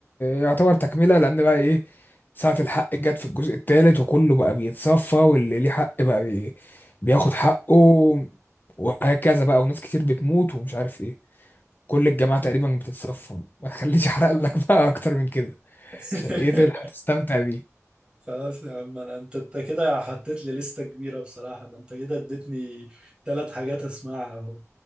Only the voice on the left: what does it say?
يعتبر تكمله لان بقى ايه ساعه الحق جت في الجزء الثالث وكله بقى بيتصفى واللي ليه حق بقى بي بياخد حقه وهكذا بقى وناس كتير بتموت ومش عارف ايه كل الجماعه تقريبا بتتصفى ما تخليش احرق لك بقى اكتر من كده
عشان ايه تلحق تستمتع بيه